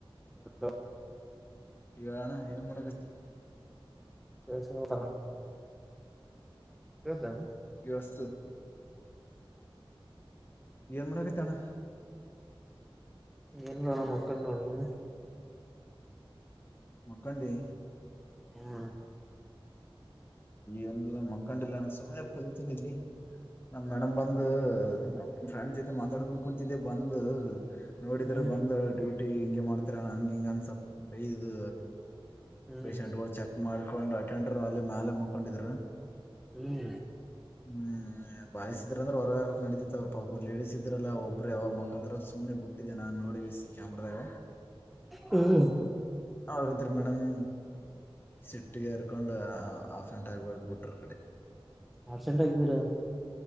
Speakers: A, on the left (about 25°); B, in the centre.
A: ಅಲ್ಲ
B: ಹಲೋ
A: ಹೇಳ್ ಅಣ್ಣಾ ಏನ್ ಮಾಡಾಕತ್ತಿ
B: ಕೇಳಿಸ್ತಿಲ್ವೇನೋ ಕೇಳ್ತಾನ
A: ಕೇಳಸ್ತದ ಏನ್ಮಾಡಾಕತ್ತಿ ಅಣ್ಣಾ
B: ಏನಿಲ್ಲ ನೋಡ್ ಅಣ್ಣಾ ಮಲ್ಕೊಂಡಿನಿ ನೋಡ್ ನೀನು
A: ಮಕ್ಕಾಂಡಿ
B: ಹ್ಮ್
A: ಏನಿಲ್ಲ ಮಕ್ಕಂಡಿಲ್ಲಣ ಸುಮ್ನೆ ಕುಂತೀನಿ ಇಲ್ಲಿ ನಮ್ ಮೇಡಮ್ ಬಂದ್ ನಮ ಫ್ರೆಂಡ್ ಜೊತೆ ಮಾತಾಡ್ಕೊಂಡ್ ಕುಂತಿದ್ದೆ ಬಂದ ನೋಡಿದ್ರ
B: ಹ್ಮ್
A: ಬಂದ ಡ್ಯೂಟಿ ಹಿಂಗೆ ಮಾಡ್ತಿರೆನ್ ಹಂಗ ಹಿಂಗ ಅಂತ ಸಲ್ಪ್ ಬೈದು
B: ಹ್ಮ್
A: ಪೇಷೆಂಟ್ ಗೊಳ್ ಚೆಕ್ ಮಾಡ್ಕೊಂಡು ಅಟೆಂಡರು ಅಲ್ಲಿ ಮ್ಯಾಲ ಮಕೊಂಡಿದ್ದರು
B: ಹ್ಮ್
A: ಹ್ಮ್ ಬಾಯಿಸ್ ಇದ್ರ ಅಂದ್ರೆ ಹೊರಗಾಕಕ್ ನಡದತಿತ್ ಅವ್ರ ಪಾಪ ಲೇಡಿಸ್ ಇದ್ರಲ್ಲಾ ಒಬ್ ಒಬ್ರ ಯಾವಾಗ ಮಕಾತರಂತ ಸುಮ್ಮನೆ ಬಿಟ್ಟಿದೆ ನಾನ್ ನೋಡಗೆಸ್ ಕ್ಯಾಮ್ರದಾಗ
B: ಹ್ಮ್
A: ಅವ್ರ ಇದ್ರ ಮೇಡಮ್ ಸಿಟ್ಟಿಗೆ ಹೆರ್ಕೊಂಡ್ ಆಫ್ ಆಂಟ್ ಆಗಿ ಹೋರಟ್ ಬಿಟ್ರ ಆ ಕಡೆ
B: ಆಸೆಂಟ ಆಕ ಬೀರ